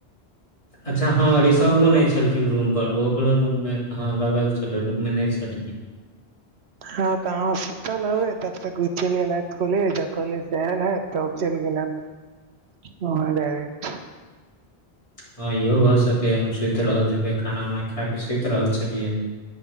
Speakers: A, on the left; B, on the right.
A: अच्छा हँ रिसर्वो नइ छलखिन रूमपर ओकरो रूममे त हँ लगल छलै रूममे नइ छलखिन
B: हँ तऽ अहाँ सुतल हैबे तब तक उ चैल गेल हत कॉलेज आ कॉलेज से आयल हैत तब ओ चैल गेल हैत
A: <inaudible>
B: <unintelligible>
A: हँ इहो भऽ सकै हम सुइत रहल हबै खाना उना खा क सुइत रहल छलियै